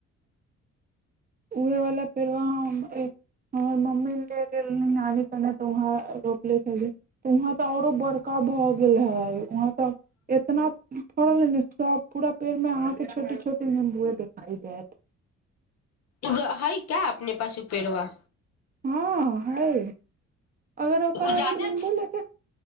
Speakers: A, on the right (about 30°); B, on the left (about 55°).
A: उहे वाला पेड़वा हम एक हमर मम्मी लेल गेल रही नानी कने तऽ वहाँ रोपले छली त वहाँ तऽ औरो बड़का भऽ गेल हे उहाँ तऽ एतना फड़ल हे ने सब पूरा पेड़ मे अहाँके छोटे छोटे नम्बुए देखाई देयत
B: उगा हइ का अपने पास उ पेड़वा
A: हँ हय अगर ओकर
B: उ
A: एगो
B: ज्यादा
A: नम्बू लेके